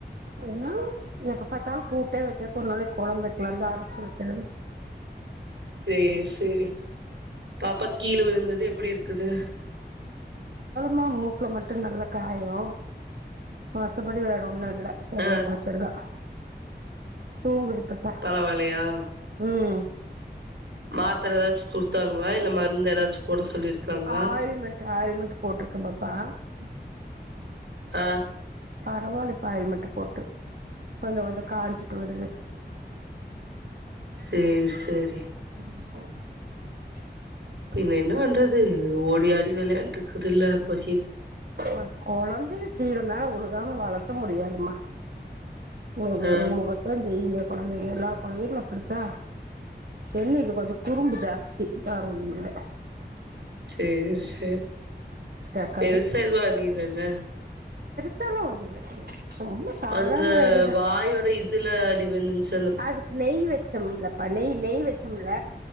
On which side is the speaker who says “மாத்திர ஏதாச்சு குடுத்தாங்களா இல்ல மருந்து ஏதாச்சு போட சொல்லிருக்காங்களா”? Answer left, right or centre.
Right